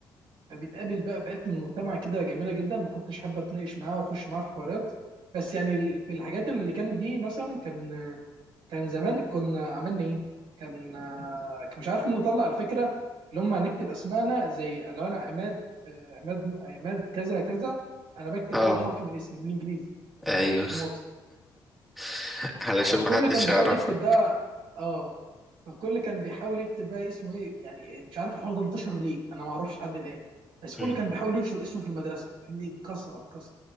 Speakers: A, on the right; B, in the centre.
A: فبتقابل بقى فئات من المجتمع كده جميله جدا ما كنتش حابه اتناقش معاها واخش معاها في حوارات بس يعني ال- في الحاجات اللي كانت دي مثلا كان كان زمان كنا عملنا ايه؟ كان كان مش عارف مين اللي طلع الفكره اللي هم هنكتب اسمائنا زي لو انا عماد آه، عماد عماد كذا كذا انا بكتب
B: اه
A: اول حرف من الاسم بالانجليزي و-
B: ايوه
A: ونقطه
B: <laughs> علشان
A: فالكل
B: ما حدش
A: كان بيحاول
B: يعرفك
A: يكتب ده اه فالكل كان بيحاول يكتب بقى اسمه ايه يعني مش عارف الحوار ده انتشر ليه انا ما اعرفش لحد الان بس كله
B: مم.
A: كان بيحاول ينشر اسمه في المدرسه فاهمني بكثره بكثره